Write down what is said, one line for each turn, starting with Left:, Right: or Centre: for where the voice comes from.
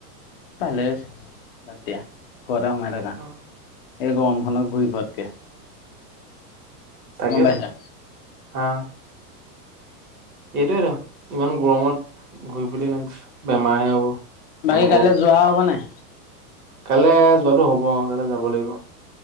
Left: ভালে হৈছে বাদ দিয়া ঘৰতে সোমাই থাকা
Right: নাই
Left: এই গৰমখনত ঘূৰি ফুৰোতকে।
Right: তাকেতো
Left: পাইছা
Right: হা এইটোৱেই ত ইমান গৰমত ঘূৰি ফুৰিলে বেমাৰহে হ'ব। ইমান
Left: বাকী কাইলৈ যোৱা হ'ব নাই?
Right: কাইলৈ যোৱাতটো হ'ব অ, কাইলৈ যাব লাগিব।